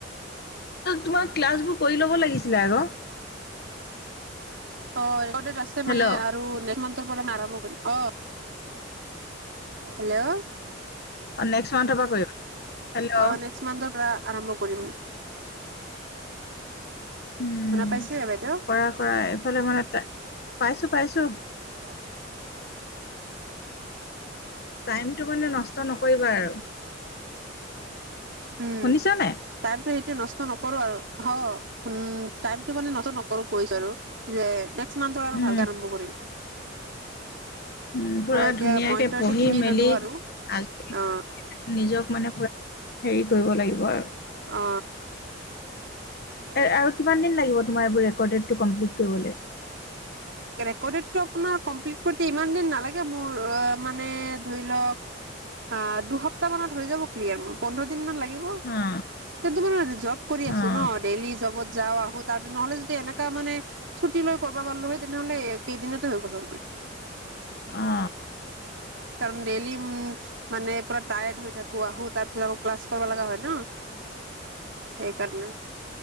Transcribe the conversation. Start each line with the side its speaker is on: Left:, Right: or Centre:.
Left: তোমাৰ ক্লাছ বোৰ কৰি ল'ব লাগিছিলে আকৌ।
Right: অ, ৰেকৰ্ড আছে,
Left: হেল্ল'
Right: মানে আৰু নেক্সট নেক্সট মান্ত পৰা আৰম্ভ কৰিম। অ, হেল্ল'।
Left: অ, নেক্সট মান্থৰ পৰা কৰিব, হেল্ল'।
Right: অ নেক্সট মন্থৰ পৰা আৰম্ভ কৰিম।
Left: উম,
Right: শুনা পাইছে বাইদেউ
Left: কৰা- কৰা, এইফালে মানে পাইছো- পাইছো।
Right: <unintelligible>
Left: টাইমটো মানে নষ্ট নকৰিবা আৰু। শুনিছা
Right: উম
Left: নাই?
Right: টাইমটো এনে নষ্ট নকৰো আৰু। উম, টাইমটো মানে নষ্ট নকৰো কৈছোঁ আৰু। যে, নেক্সট মান্থৰ আৰু
Left: উম
Right: ভালকে আৰম্ভ কৰিম।
Left: উম, পুৰা
Right: অ এতিয়া
Left: ধুনীয়াকে
Right: মইন্টৰটো
Left: পঢ়ি
Right: কিনি
Left: মেলি।
Right: ললো আৰু
Left: আজিৰি
Right: অ
Left: কৰি নিজক মানে পুৰা, হেৰি কৰিব লাগিব আৰু।
Right: অ।
Left: আৰু কিমান দিন লাগিব, তোমাৰ এইবোৰ ৰেকৰ্ডেডটো কমপ্লিট কৰিবলৈ?
Right: ৰেকৰ্ডেডটো আপোনাৰ কমপ্লিট কৰোতে ইমান দিন নালাগে মোৰ। মানে ধৰি লওক অ, দুসপ্তাহ মানত হৈ যাব ক্লিয়াৰ মোৰ। পোন্ধৰ দিন মান লাগিব।
Left: অ
Right: কিন্তু মোৰ জব কৰি আছো
Left: অ
Right: ন। ডেইলি জবত যাওঁ, আহো। তাৰপিছত, নহলে যদি এনেকা মানে ছুটি লৈ কৰোঁ পালো হয়, তেনেহ'লে কেইদিনতে হৈ গ'ল হয় মোৰ।
Left: অ
Right: কাৰণ ডেইলি উম মানে পুৰা টায়াৰ্ড হৈ থাকো, আহো তাৰ পিছত আকৌ ক্লাছ কৰিব লগা হয়, ন। সেই কাৰণে,